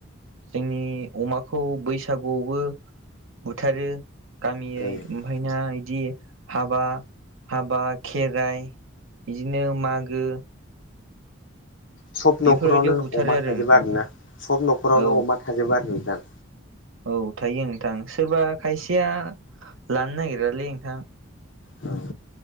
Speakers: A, on the right (about 75°); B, on the left (about 65°).
A: जोंनि अमाखौ बैसागुआवबो बुथारो गामियै
B: ओ
A: ओमफायना इदि हाबा हाबा खेराइ बिदिनो मागो
B: सब
A: बेफोरबायदियाव
B: न'खरावनो
A: बुथारो
B: अमा
A: आरो
B: थाजोबा
A: नोंथां
B: आरोना सब न'खरावनो
A: औ
B: अमा थाजोबा आरो नोंथां
A: औ थायो नोंथां सोरबा खायसेया लानो नागिरालै नोंथां
B: औ